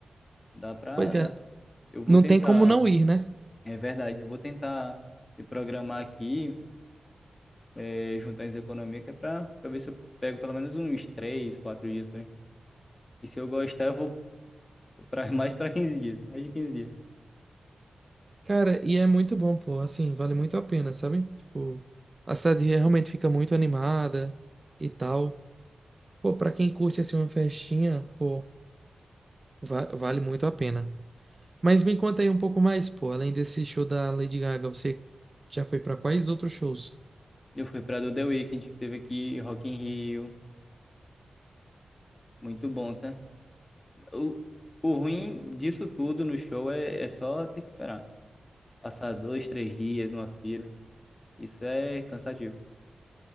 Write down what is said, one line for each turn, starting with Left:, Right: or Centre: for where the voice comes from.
Left: Dá pra
Right: Pois
Left: dar.
Right: é,
Left: Eu vou
Right: não
Left: tentar,
Right: tem como não ir, né?
Left: é verdade, eu vou tentar me programar aqui, é, juntar as economias, que é pra, pra ver se eu pego pelo menos uns 3, 4 dias por aí. E se eu gostar, eu vou pra, <laughs> mais pra 15 dias, mais de 15 dias.
Right: Cara, e é muito bom, pô. Assim, vale muito a pena, sabe? Tipo, a cidade realmente fica muito animada e tal. Pô, pra quem curte assim uma festinha, pô, va- vale muito a pena. Mas me conta aí um pouco mais, pô. Além desse show da Lady Gaga, você já foi pra quais outros shows?
Left: Eu fui pra do The Weeknd, que teve aqui Rock in Rio, muito bom, tá? O, o ruim disso tudo no show é, é só ter que esperar. Passar dois, três dias numa fila. Isso é cansativo.